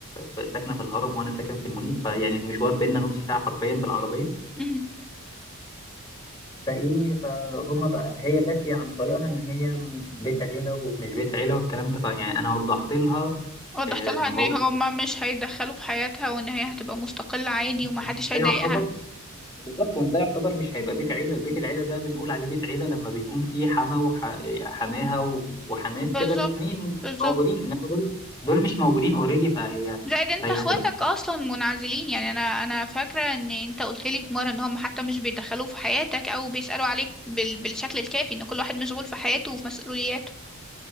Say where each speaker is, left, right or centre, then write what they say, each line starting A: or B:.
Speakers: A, on the left; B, in the centre.
A: في- ساكنه في الهرم وانا ساكن في المنيب فيعني المشوار بيننا نص ساعه حرفيا بالعربيه
B: امم
A: فايه فهما بقى هي جات لي عن طريقها ان هي بيت عيله ومش بيت عيله والكلام ده فيعني انا وضحت لها
B: وضحت
A: آه،
B: لها
A: ان هو
B: ان هما مش هيدخلوا في حياتها وان هي هتبقى مستقلة عادي ومحدش
A: وإن
B: هيضايقها
A: ده يعتبر بالظبط وان ده يعتبر مش هيبقى بيت عيله البيت العيله ده بنقول عليه بيت عيله لما بيكون فيه حما وحماها و- وحمات
B: بالظبط
A: كده الاتنين
B: بالظبط
A: موجودين انما دول دول مش موجودين اوريدي فهي
B: زائد انت
A: فهي
B: اخواتك
A: هتبقى
B: اصلا منعزلين يعني انا انا فاكرة ان انت قلت لي في مرة ان هم حتى مش بيدخلوا في حياتك او بيسألوا عليك بال... بالشكل الكافي ان كل واحد مشغول في حياته وفي مسؤولياته